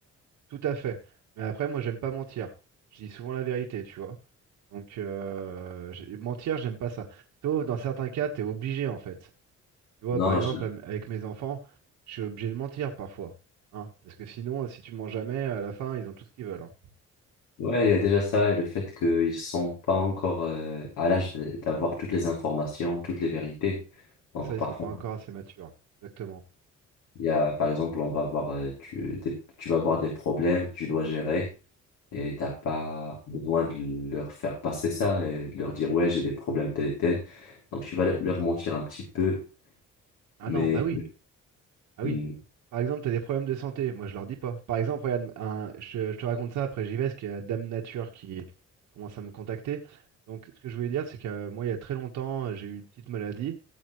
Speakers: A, on the right; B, on the left.
A: Tout à fait. Mais après, moi j'aime pas mentir. Je dis souvent la vérité, tu vois. Donc euh, j'ai- mentir, j'aime pas ça. Sauf dans certains cas, t'es obligé en fait. Tu vois,
B: Non,
A: par
B: non,
A: exemple,
B: je-
A: am- avec mes enfants, je suis obligé de mentir parfois. Hein, parce que sinon, euh, si tu mens jamais, à la fin, ils ont tout ce qu'ils veulent. hein.
B: ouais, il y a déjà ça et le fait qu'ils sont pas encore euh, à l'âge de- d'avoir toutes les informations, toutes les vérités. Donc
A: C'est ça, ils
B: parfois,
A: sont pas encore assez matures. Exactement.
B: il y a, par exemple, on va avoir, euh, tu, des- tu vas avoir des problèmes que tu dois gérer et t'as pas besoin de leur faire passer ça et de leur dire, ouais, j'ai des problèmes tels et tels. Donc tu vas leur mentir un petit peu
A: Ah
B: Mais,
A: non, bah oui. Ah oui.
B: mm,
A: Par exemple, t'as des problèmes de santé. Moi, je leur dis pas. Par exemple, regarde, un- je, je te raconte ça, après j'y vais, parce qu'il y a Dame Nature qui commence à me contacter. Donc, ce que je voulais dire, c'est que euh, moi, il y a très longtemps, j'ai eu une petite maladie.